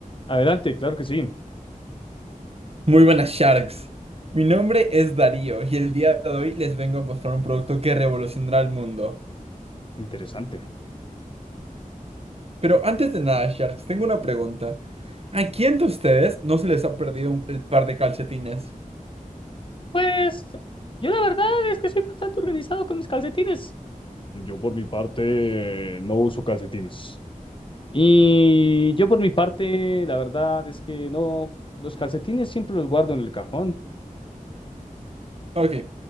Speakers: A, on the left; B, on the right.
A: Adelante, claro que sí.
B: Muy buenas Sharks. Mi nombre es Darío y el día de hoy les vengo a mostrar un producto que revolucionará el mundo.
A: Interesante.
B: Pero antes de nada, Sharks, tengo una pregunta. ¿A quién de ustedes no se les ha perdido un- el par de calcetines?
A: Pues yo la verdad es que soy bastante organizado con mis calcetines. Yo por mi parte eh, no uso calcetines. Y yo por mi parte, la verdad es que no, los calcetines siempre los guardo en el cajón.
B: Ok,